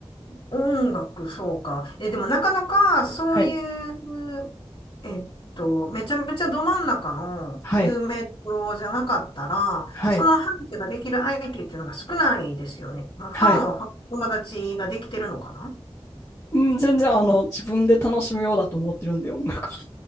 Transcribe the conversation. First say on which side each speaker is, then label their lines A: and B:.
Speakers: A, on the left; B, on the left.
A: 音楽、そうか。え、でもなかなかそういう、
B: はい。
A: えっと、めちゃめちゃど真ん中の有名どころじゃなかったら、
B: はい。はい。
A: その話ができる相手っていうのが少ないですよね。まあ、ファンはファン友達ができてるのかな
B: はい。うん、全然、あの、自分で楽しむようだと思ってるんで、音楽は。